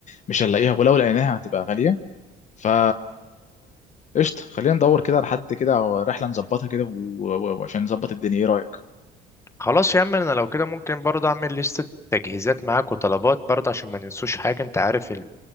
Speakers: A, on the left; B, on the left.
A: مش هنلاقيها ولو لقيناها هتبقى غاليه فا قشطة خلينا ندور كده على حد كده أو رحلة نظبطها كده و- و- وعشان نظبط الدنيا إيه رأيك؟
B: خلاص يا عم انا لو كده ممكن برضه اعمل لستة تجهيزات معاك وطلبات برضه عشان ما ننسوش حاجة انت عارف ال...